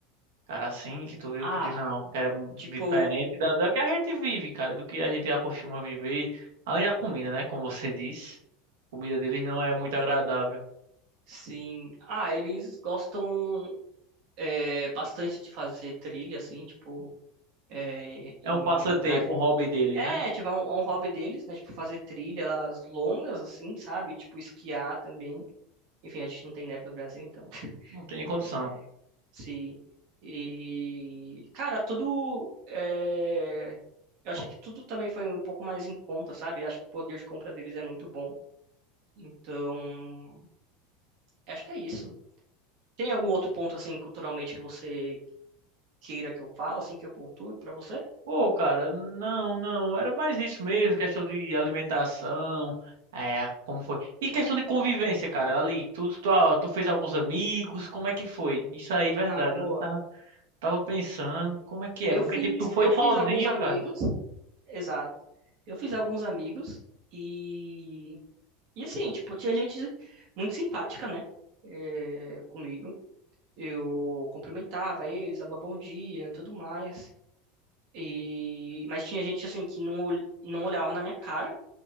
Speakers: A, on the right (about 80°); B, on the right (about 60°).
A: cara, assim que tu viu
B: Ah,
A: que diz, não, cara,
B: tipo,
A: diferente da, da que a gente vive, cara, do que a gente acostuma viver, além da comida, né, como você disse, a comida deles não é muito agradável,
B: sim. Ah, eles gostam é, bastante de fazer trilha assim, tipo, é, em
A: é um passatempo,
B: lugares.
A: um hobby deles,
B: É,
A: né,
B: tipo, é um, é um hobby deles, né? Tipo, fazer trilhas longas assim, sabe? Tipo, esquiar também. Enfim, a gente não tem neve no Brasil, então.
A: não tem condição.
B: <laughs> Sim. E, cara, tudo. é, Eu achei que tudo também foi um pouco mais em conta, sabe? Eu acho que o poder de compra deles é muito bom. Então, acho que é isso. Tem algum outro ponto, assim, culturalmente que você queira que eu fale, assim, que eu pontue pra você?
A: Pô, cara, não, não, era mais isso mesmo, questão de alimentação, é, como foi? E questão de convivência, cara, ali, tu, tu, ah, tu fez alguns amigos, como é que foi? Isso aí, verdade,
B: Ah, boa.
A: eu não tava, tava pensando, como é que é?
B: Eu
A: Porque,
B: fiz,
A: tipo, tu foi
B: eu fiz
A: sozinho,
B: alguns amigos,
A: cara,
B: exato. Eu fiz alguns amigos e. E assim, tipo, tinha gente muito simpática, né? eh, comigo. Eu cumprimentava eles, dava bom dia, e tudo mais. E mas tinha gente assim que não ol- não olhava na minha cara